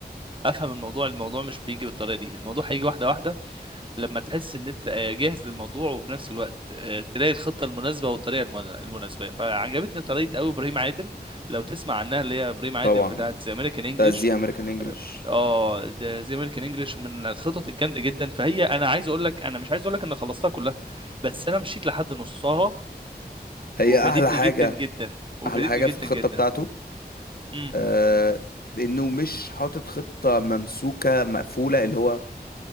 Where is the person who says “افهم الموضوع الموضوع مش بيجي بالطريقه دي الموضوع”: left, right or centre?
Right